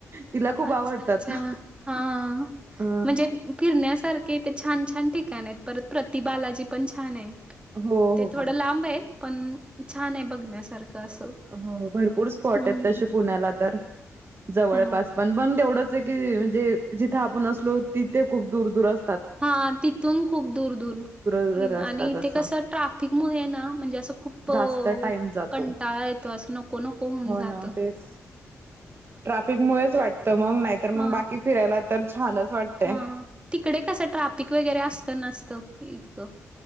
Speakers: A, on the right; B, on the right.
A: तिला खूप
B: अच्छा
A: आवडतात.
B: अच्छा हा.
A: अ
B: म्हणजे फिरण्यासारखे इथे छान, छान. ठिकाण आहेत. परत प्रतिबालाजी पण छान आहे
A: हो
B: ते थोडं
A: हो
B: लांब आहे. पण छान आहे, बघण्यासारखं. असं.
A: हो. भरपूर स्पॉट
B: हम्म
A: आहेत, तसे पुण्याला तर. जवळपास.
B: हो
A: पण <unintelligible> तेवढंच आहे की म्हणजे जिथं आपण असलो तिथे खूप दूर दूर अस
B: हा तिथून, खूप दूर दूर
A: दूर असतात
B: आणि
A: असं
B: ते कसं ट्राफिक मुळे ना म्हणजे असं खूप तो
A: जास्त टाइम जातो.
B: कंटाळा ये असं नको नको होऊन
A: हो
B: जात.
A: ना तेच ट्राफिक मुळेच वाटत. मग नाहीतर
B: हा
A: मग बाकी फिरायला तर छानच. वाटतय.
B: हा. तिकडे कसं ट्राफिक वगैरे असतं नसत. इतकं